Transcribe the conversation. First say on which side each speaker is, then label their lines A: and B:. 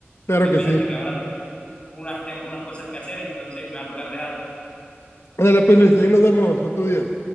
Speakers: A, on the left; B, on the left.
A: claro
B: porque
A: que
B: fíjate
A: sí.
B: que ahora tengo unas, tem- unas cosas que hacer, entonces me va a tocar dejarte.
A: Ándale, pues Luis, ahí nos vemos otro día.